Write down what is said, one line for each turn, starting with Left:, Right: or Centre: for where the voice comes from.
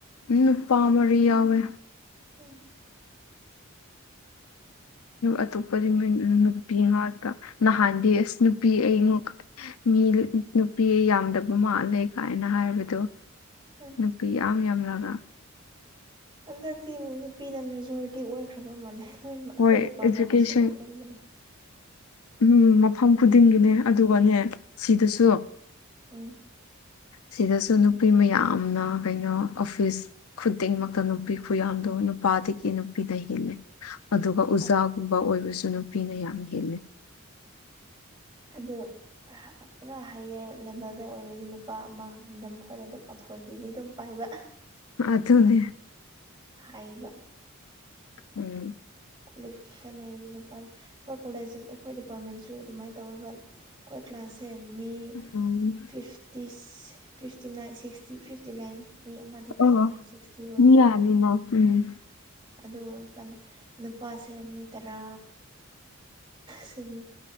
Left: ꯅꯨꯄꯥ ꯃꯔꯤ ꯌꯥꯎꯋꯦ
Right: ꯎꯝ
Left: ꯑꯇꯣꯞꯄꯗꯤ ꯅꯨꯄꯤ ꯉꯥꯛꯇ ꯅꯍꯥꯟꯗꯤ ꯑꯁ ꯅꯨꯄꯤ ꯑꯩ ꯃꯤ ꯅꯨꯄꯤ ꯌꯥꯝꯗꯕ ꯃꯥꯜꯂꯦ ꯀꯥꯏꯅ ꯍꯥꯏꯕꯗꯣ
Right: ꯎꯝ
Left: ꯅꯨꯄꯤ ꯌꯥꯝ ꯌꯥꯝꯂꯒ
Right: ꯍꯟꯗꯛꯇꯤ ꯅꯨꯄꯤꯅ ꯃꯦꯖꯣꯔꯤꯇꯤ ꯑꯣꯏꯈ꯭ꯔꯕ ꯃꯥꯜꯂꯦ ꯂꯣꯏꯅꯃꯛ ꯑꯩꯈꯣꯏ
Left: ꯍꯣꯏ
Right: ꯗꯤꯄꯥꯔꯠꯃꯦꯟꯗꯁꯨ
Left: ꯏꯗꯨꯀꯦꯁꯟ
Right: ꯂꯧꯅꯤꯡꯕꯅꯤ
Left: ꯎꯝ ꯃꯐꯝ ꯈꯨꯗꯤꯡꯒꯤꯅꯦ ꯑꯗꯨꯒꯅꯦ ꯁꯤꯗꯁꯨ
Right: ꯎꯝ
Left: ꯁꯤꯗꯁꯨ ꯅꯨꯄꯤ ꯃꯌꯥꯝꯅ ꯀꯩꯅꯣ ꯑꯣꯐꯤꯁ ꯈꯨꯗꯤꯡꯃꯛꯇ ꯅꯨꯄꯤ ꯈꯨꯌꯥꯝꯗꯣ ꯅꯨꯄꯥꯗꯒꯤ ꯅꯨꯄꯤꯅ ꯍꯦꯂꯦ ꯑꯗꯨꯒ ꯎꯖꯥꯒꯨꯝꯕ
Right: ꯑꯣ
Left: ꯑꯣꯏꯕꯁꯨ ꯅꯨꯄꯤꯅ ꯌꯥꯝ ꯍꯦꯜꯂꯦ
Right: ꯑꯗꯣ ꯄꯨꯔꯥ ꯍꯥꯏꯌꯔ ꯂꯦꯕꯦꯜꯗ ꯑꯣꯏꯔꯗꯤ ꯅꯨꯄꯥ ꯑꯃꯒꯨꯝꯗ ꯃꯈꯣꯏꯅ ꯑꯗꯨꯝ ꯑꯣꯊꯣꯔꯤꯇꯤꯗꯤ ꯑꯗꯨꯝ ꯄꯥꯏꯕ
Left: ꯑꯗꯨꯅꯦ
Right: ꯍꯥꯏꯕ
Left: ꯎꯝ
Right: ꯀ꯭ꯋꯥꯂꯤꯐꯤꯀꯦꯁꯟ ꯂꯩꯔꯗꯤ ꯅꯨꯄꯥ ꯑꯩꯈꯣꯏ ꯀꯣꯂꯦꯖ ꯑꯩꯈꯣꯏ ꯗꯤꯄꯥꯔꯠꯃꯦꯟꯁꯨ ꯑꯗꯨꯃꯥꯏꯅ ꯇꯧꯋꯦꯕ ꯀꯣꯏ ꯀ꯭ꯂꯥꯁꯦ ꯃꯤ
Left: ꯎꯝ
Right: fifth ꯇꯤꯁ fifty nine sixty fifty ꯅꯥꯏꯟꯅꯤ ꯃꯤ ꯑꯃꯗꯤ
Left: ꯑꯣ
Right: ꯇꯣꯛꯈ꯭ꯔꯦ ꯁꯤꯛꯁꯇꯤ ꯑꯣꯏꯕꯗꯣ
Left: ꯃꯤ ꯌꯥꯝꯃꯤꯅ ꯎꯝ
Right: ꯑꯗꯨ ꯑꯣꯏꯔ ꯀꯗ ꯅꯨꯄꯥꯁꯦ ꯃꯤ ꯇꯔꯥ ꯁꯨꯒꯤ